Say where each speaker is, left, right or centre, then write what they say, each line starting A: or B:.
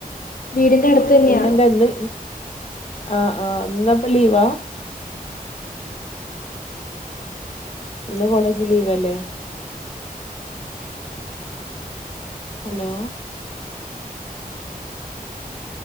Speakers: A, on the left; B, on the left.
A: വീടിന്റെ അടുത്ത് തന്നെയാ
B: പിന്നെന്താ ഇന്ന് ആഹ് ആഹ് ഇന്നപ്പോ ലീവാ ഇന്ന് കോളേജ് ലീവല്ലേ ഹലോ